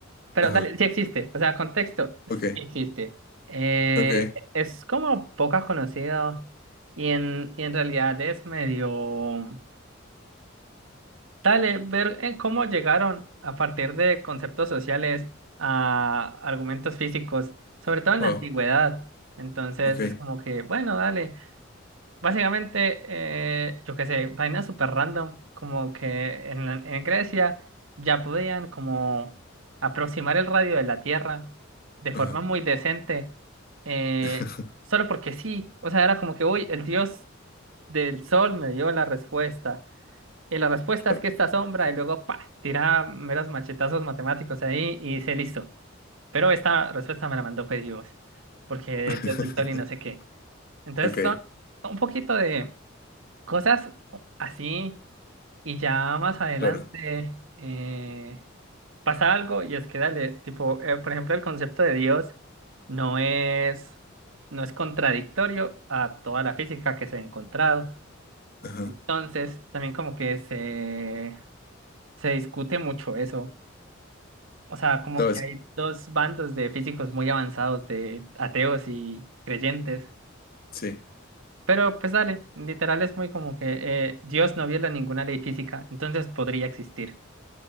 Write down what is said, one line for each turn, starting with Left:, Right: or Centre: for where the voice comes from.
Right: pero
Left: Ajá,
Right: dale, sí existe, o sea, contexto, sí
Left: ok,
Right: existe. Eh,
Left: ok,
Right: es como poco conocido y en, y en realidad es medio, dale, ver en cómo llegaron a partir de conceptos sociales a argumentos físicos, sobre todo en
Left: wow,
Right: la antigüedad. Entonces
Left: ok,
Right: es como que, bueno, dale. Básicamente, eh, yo qué sé, vainas súper random, como que en, la- en Grecia ya podían como aproximar el radio de la Tierra de forma
Left: ajá,
Right: muy decente, eh,
Left: <laughs>
Right: solo porque sí, o sea, era como que, uy, el dios del sol me dio la respuesta, y la respuesta
Left: claro,
Right: es que esta sombra, y luego, pa, tiraba meros machetazos matemáticos ahí y dice, listo, pero esta respuesta me la mandó fue Dios, porque
Left: <laughs>
Right: Dios del sol y no sé qué. Entonces
Left: ok,
Right: son un poquito de... Cosas así y ya más adelante
Left: claro,
Right: eh, pasa algo y es que dale, tipo, eh, por ejemplo, el concepto de Dios no es, no es contradictorio a toda la física que se ha encontrado.
Left: ajá,
Right: Entonces, también como que se, se discute mucho eso. O sea, como
Left: ¿sabes?
Right: que hay dos bandos de físicos muy avanzados, de ateos y creyentes.
Left: Sí.
Right: Pero pues dale, literal es muy como que eh, Dios no viola ninguna ley física, entonces podría existir.